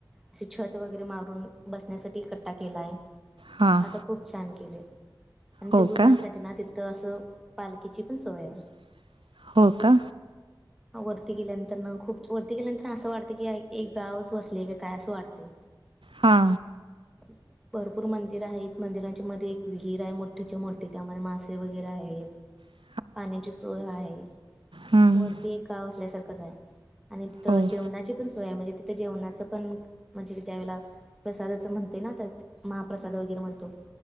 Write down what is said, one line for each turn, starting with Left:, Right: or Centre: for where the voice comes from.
Centre: असे छत वगैरे मारून बसण्यासाठी कट्टा केला आहे.
Right: हां.
Centre: आता खूप छान केले. आणि
Right: हो
Centre: ते वृद्धांसाठी
Right: का?
Centre: ना. तिथं असं पालखीची पण सोय हाय.
Right: आहे. हो का?
Centre: वरती गेल्या खूप वरती गेल्यानंतर असं वाटते की एक गावच वसलेल काय असं वाटते.
Right: हा
Centre: <unintelligible> भरपूर मंदिर आहेत. मंदिरांच्या मध्ये एक विहीर आहे मोठीच्या मोठी त्यामध्ये मासे वगैरे आहेत.
Right: ह. <unintelligible>
Centre: पाण्याची सोय आहे.
Right: हम्म
Centre: वरती एक गाव असल्यासारखंच आहे. आणि तिथं
Right: हो.
Centre: जेवणाची पण सोय आहे. म्हणजे तिथं जेवणाचं पण म्हणजे ज्या वेळेला, प्रसादाचं म्हणते ना तर महाप्रसाद वगैरे म्हणतो.